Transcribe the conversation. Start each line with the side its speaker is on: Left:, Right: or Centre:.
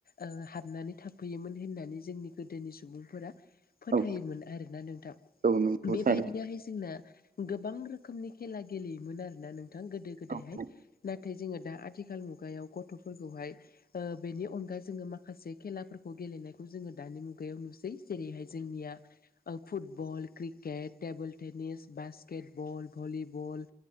Left: ओ हाबनानै थाफैयोमोन होननानै जोंनि गोदोनि सुबुंफोरा फोथायोमोन
Right: औ
Left: आरोना नोंथां
Right: नंगौ थारैनो औ नंगौ थारैनो औ नंगौ थारैनो औ नंगौ थारैनो
Left: बेबायदिनोहाय
Right: औ औ
Left: जोंना गोबां रोखोमनि खेला गेलेयोमोन आरोना नोंथां गोदो
Right: औ
Left: गोदायहाय नाथ नाथाय जोङो दा आथिखाल मुगायाव गथ'फोरखौहाय ओ बेनि अनगा जोङो माखासे खेलाफोरखौ गेलेनायखौ जोङो दानि मुगायाव नुसै। जेरैहाय जोंनिया ओ football. Cricket table tennis basketball volleyball.